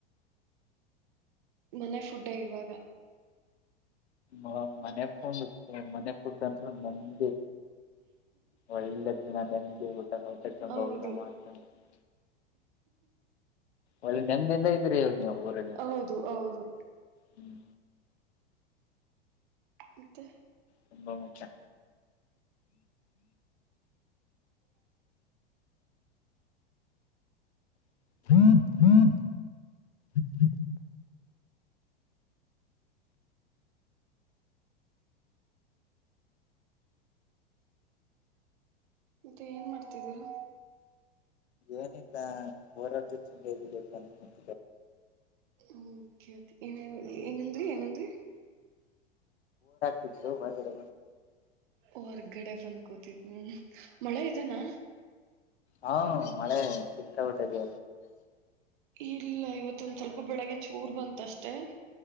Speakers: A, on the right (about 50°); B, on the left (about 75°).
A: ಮನೆ ಫುಡ್ ಇವಾಗ
B: ಮ ಮನೆ ಫುಡ್ ಮನೆ ಫುಡ್ ಅಂತ್ರು ನೇಮ್ದಿ ಒಳ್ಳೆ ದಿನ ದಂಡಿ ಊಟ ಹೊಸ ತಂಬ
A: ಹೌದು
B: ಊಟ ಮಾಡ್ಕೊಂಡು <inaudible> ಒಳ್ಳೆ ನೆಮ್ದಿಂದ ಇದ್ದೀರಿ ಇವಾಗ್ ನೀವು ಊರಲ್ಲಿ
A: ಹೌದು ಹೌದು
B: ಹ್ಮ್
A: ಮತ್ತೆ
B: ತುಂಬಾ ಮುಖ್ಯ <inaudible>
A: ಮತ್ತೆ ಏನ್ ಮಾಡ್ತಿದ್ದೀರಾ
B: ಏನಿಲ್ಲ ಹೋರಾಟದ ಚಂದ ಇ ಅನ್ಕು <unintelligible>
A: ಓಕೆ ಏನ ಏನಂದ್ರಿ ಏನಂದ್ರಿ
B: ಹೊರ್ ಕಡೆ
A: ಹೊರ್ಗಡೆ ಬಂದ್ಕೂತಿದ್ನಿ ಮಳೆ ಇದನಾ
B: ಹಾ ಮಳೆ ಸಿಕ್ಕಾಪಟ್ಟೆ ಇದೆ
A: ಇಲ್ಲ ಇವತ್ತೊಂದ ಸ್ವಲ್ಪ ಬೆಳಗ್ಗೆ ಚೂರ್ ಬಂತಷ್ಟೇ